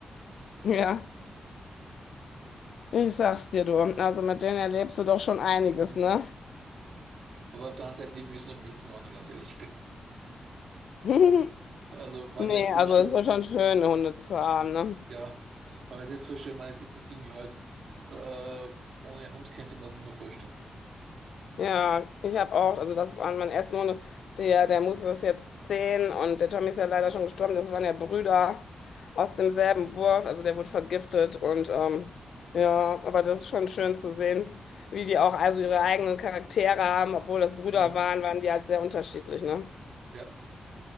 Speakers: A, on the left; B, on the right.
A: Ja, ich sag's dir, du. Also mit denen erlebst du doch schon einiges,
B: Mhm.
A: ne?
B: Aber auf der anderen Seite, ich will es nicht missen, wenn ich ganz ehrlich bin.
A: <laughs>
B: Also, wenn
A: Nee,
B: man jetzt vorstellt,
A: also es war schon schön, Hunde zu haben, ne?
B: ja, wenn man es jetzt vorstellt, man, es ist ein sieben Jahre alt, äh, ohne Hund könnte man es nicht mehr vorstellen.
A: Ja, ich habe auch, also das waren meine ersten Hunde, der, der Musse ist jetzt zehn und der Tommy ist ja leider schon gestorben, das waren ja Brüder aus demselben
B: Mhm.
A: Wurf, also der wurde vergiftet und ähm,
B: Ah.
A: ja, aber das ist schon schön zu sehen, wie die auch also ihre eigenen Charaktere haben, obwohl das Brüder
B: Mhm.
A: waren, waren die halt sehr unterschiedlich, ne?
B: Ja,